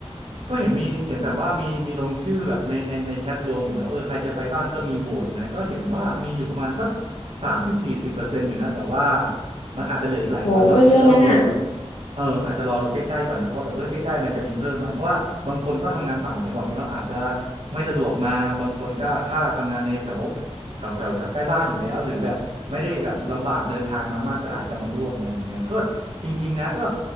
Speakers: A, on the right; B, on the left.
A: ก็เห็นมีเห็นแบบว่ามีมีลงชื่อแบบในในในแชทรวมอยู่นะเออใครจะไปบ้างก็มีโหวตอยู่นะก็เห็นว่ามีอยู่ประมาณสักสามสิบสี่สิบเปอร์เซ็นต์อยู่นะแต่ว่ามันอาจจะเหลืออีกหลายวันเนาะเดี๋ยวอาจจะต้องรู้แบบ
B: โหก็เยอะนั่นอ่ะ
A: เอออาจจะรอดูใกล้ๆก่อนนะว่าแบบเออใกล้ๆมันจะมีเพิ่มไหมเพราะว่าบางคนก็ทำงานต่างจังหวัดแล้วเนาะอาจจะไม่สะดวกมา บางคนก็ถ้าทำงานในแถว แถวแถวแถวใกล้บ้านอยู่แล้วหรือแบบไม่ได้แบบลำบากเดินทางมามากก็อาจจะมาร่วมอะไรอย่างเงี้ยก็จริงๆนะก็